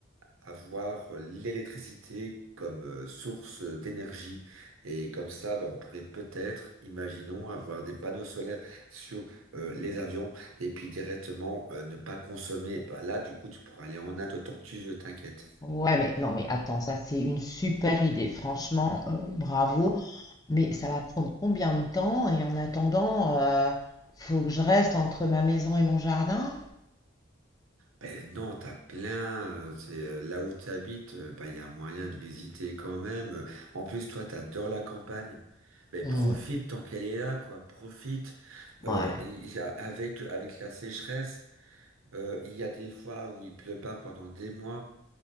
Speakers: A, on the right (about 80°); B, on the left (about 20°).
A: avoir euh, l'électricité comme euh, source d'énergie. Et comme ça, bah, on pourrait peut-être, imaginons, avoir des panneaux solaires sur euh, les avions et puis directement euh, ne pas consommer. Bah, là, du coup, tu pourras aller en Inde autant que tu veux, t'inquiète.
B: Ouais, mais non, mais attends, ça c'est une super idée. Franchement, euh, bravo. Mais ça va prendre combien de temps? Et en attendant, euh, faut que je reste entre ma maison et mon jardin?
A: Ben non, t'as plein. euh, C'est euh, là où tu habites, euh, ben il y a moyen de visiter quand même. Euh, En plus, toi, t'adores la campagne. Mais
B: Hmm,
A: profite tant qu'elle est là, quoi. Profite. Euh,
B: ouais.
A: et- et a- avec avec la sécheresse. Euh, il y a des fois où il pleut pas pendant des mois.